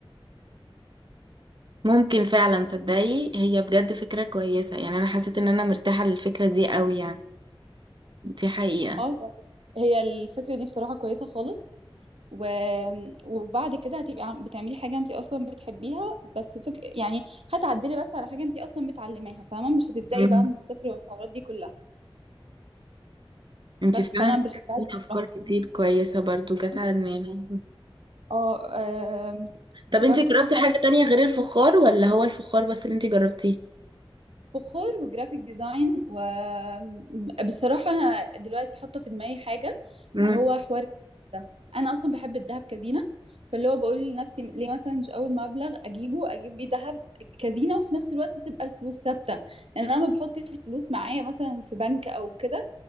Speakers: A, on the right; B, on the right.
A: ممكن فعلا صدقي هي بجد فكرة كويسة يعني انا حسيت ان انا مرتاحة للفكرة دي قوي يعني دي حقيقة
B: اه يعني هي الفكرة دي بصراحة كويسة خالص و... وبعد كده هتبقي عم- بتعملي حاجة انتي اصلا بتحبيها بس فك... يعني هتعدلي بس على حاجة انتي اصلا بتعلميها فاهمة مش هتبدأي
A: مم.
B: بقى من الصفر والحوارات دي كلها
A: انتي
B: بس
A: فعلا
B: فانا بشجعك
A: في افكار
B: بصراحة
A: كتير كويسة برضو جت على دماغي
B: اه آم،
A: طب انتي
B: برضو
A: جربتي
B: في
A: حاجة تانية غير الفخار ولا هو الفخار بس اللي انتي جربتيه
B: فخار وجرافيك ديزاين وبصراحة أنا دلوقتي حاطة في دماغي حاجة
A: مم.
B: اللي هو حوار ده أنا أصلا بحب الذهب كزينة فاللي هو بقول لنفسي ليه مثلا مش أول مبلغ أجيبه أجيب بيه ذهب كزينة وفي نفس الوقت تبقى الفلوس ثابتة لأن أنا لما بحط الفلوس معايا مثلا في بنك أو كده